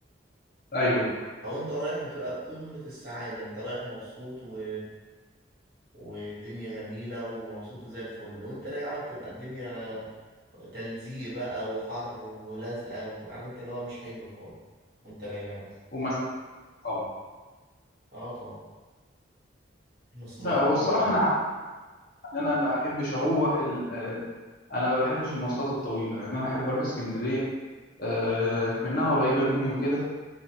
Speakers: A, on the left (about 45°); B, on the right (about 50°).
A: ايوه
B: فهو أنت رايح بتبقى في قمة السعادة أنت رايح مبسوط و... والدنيا جميلة ومبسوط وزي الفل وأنت راجع بتبقى الدنيا تلزيق بقى وحر ولزقة وعارف أنت اللي هو مش حلو خالص وأنت راجع بس
A: ومسافه طبعا
B: اه طبعا بس ميته
A: لا هو
B: جميلة
A: الصراحه
B: يعني.
A: انا عارف ان انا ما احبش اروح ال- آه، انا ما بحبش المواصلات الطويله يعني انا احب اروح اسكندريه آه، منها قريبة مني وكده